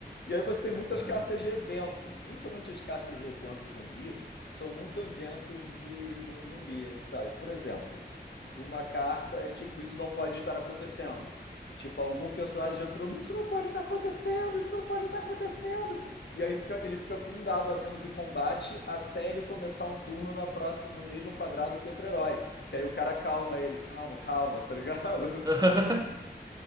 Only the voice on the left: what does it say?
E aí você tem muitas
cartas de evento, principalmente as cartas de evento zumbi, são muito eventos de filme zumbi, sabe? Por exemplo, uma carta é tipo, isso não pode estar acontecendo. Tipo, algum personagem entrou, isso não pode estar acontecendo, isso não pode estar acontecendo. E aí fica- ele fica com um dado a menos em combate até ele começar um turno na próxima, no mesmo quadrado que outro herói. Que aí o cara calma ele, calma, calma, tá ligado? <laughs>